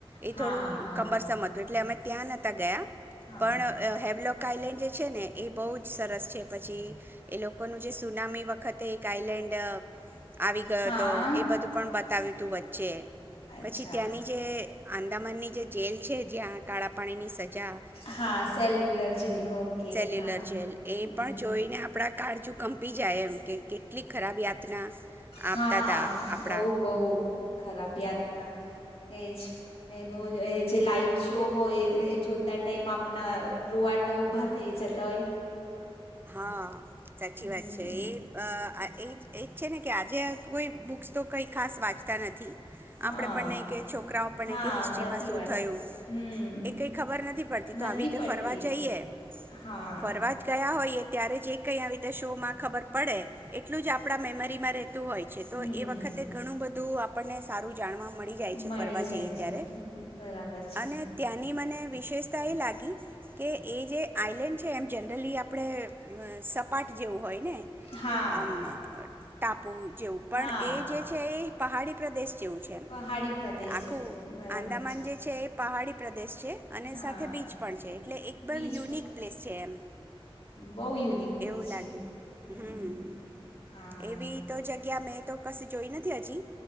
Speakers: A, on the right; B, on the left.
A: એ
B: હા
A: થોડું
B: હા
A: કમરસમ હતું એટલે અમે ત્યાં નથી ગયા
B: હા
A: પણ હેવલોક કાયલેન્ડ જે છે ને એ બહુ જ સરસ છે. પછી એ લોકોનું જે સુનામી વખતે કાંઈલેન્ડ આવી ગયો
B: હા
A: હતો એ બધું પણ બતાવ્યુતું વચ્ચે
B: અચ્છા
A: પછી ત્યાંની જે આંદામાનની જે જેલ છે જ્યાં કાળા પાણીની સજા
B: હા સેલ્યુલર જેલ ઓકે.
A: લર
B: હા હમ
A: જેલ એ પણ જોઈને આપણા કાળ કંપી જાય એમ કે કેટલી ખરાબ યાતના.
B: હા
A: આપતા હતા આપણા
B: બવ બવ ખરાબ યાતના એજ એનું જે લાઈટ શો હોય એ જોતા ટાઈમ આપણા રૂવાટા ઉભા થઈ જતા હોય.
A: હા સાચી
B: હમ
A: વાત છે એ અ આ એ જ એ જ છે ને કે આજે કોઈ બુક્સ તો કંઈ ખાસ વાંચતા નથી.
B: હા
A: આપણેે પણ નહી કે છોકરાઓ પણ
B: હા
A: ન કે હિસ્ટ્રીમાં
B: નથી
A: શું
B: વાંચતા
A: થયું
B: હમ
A: એ કઈ ખબર નથી પડતી
B: નથી
A: તો આવી રીતે
B: પડતી
A: ફરવા જઈએ,
B: હા
A: ફરવા જ ગયા હોય. ત્યારે જે કઈ આવી રીતે શો માં ખબર પડે એટલું જ આપડા મેમરીમાં રે તું હોય છે. તો
B: હમ
A: એ વખતે ઘણું બધું. તો આપણને સારું. જાણવા મળી જાય છે
B: મળી
A: ફરવા
B: જાય
A: જઈ
B: છે
A: ત્યારે
B: બરાબર છે
A: અને ત્યાંની મ મને વિશેષતા એ લાગી કે એ જે આઈલેન્ડ છે એમ જનરલી આપણે અ સપાટ જેવું હોય. ને
B: હા
A: આમ તાપ આપવું જેવું પણ
B: હા
A: એ જે છે એ પહાડી પ્રદેશ. જેવું છે.
B: પહાડી પ્રદેશ
A: આખું
B: જેવું છે બરાબર
A: આંદામાન જે છે, એ પહાડી. દેશ છે અને
B: હા
A: સાથે બીચ પણ છે. એટલે એકદમ
B: બીચ
A: યુનિક પ્લેસ છે એમ.
B: બઉ યુનિક પ્લસ
A: એવું લાગ્યું
B: છે. હમ્મ
A: હમ
B: હા.
A: એવી તો જગ્યા મેં તો કશે જોઈ નથી હજી.